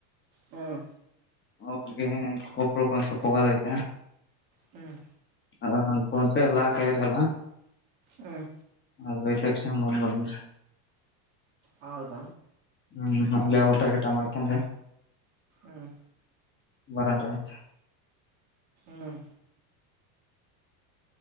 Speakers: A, on the right; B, on the left.
A: ಹ್ಮ್
B: ಅವ್ರಿಗೆ ಕೊಬಳಕ್ ಒಂದ್ ಸ್ವಲ್ಪ ಹೋಗದಐತೆ
A: ಹ್ಮ್
B: ಹ ನ ಫೋನ್ ಪೇ ಲಾಕ್ ಆಯದೆ ಅಲ್ಲ
A: ಹ್ಮ್
B: ಅದವೈತಕ್ಷಣ ಬಂದ್ಬಡ
A: ಹೌದ
B: ಹ್ಮ್ ಅಲ್ಲೇ ಊಟ ಗಿಟ ಮಾಡ್ಕಂತ
A: ಹಾಂ
B: ಬರಂತಂತ
A: ಹ್ಮ್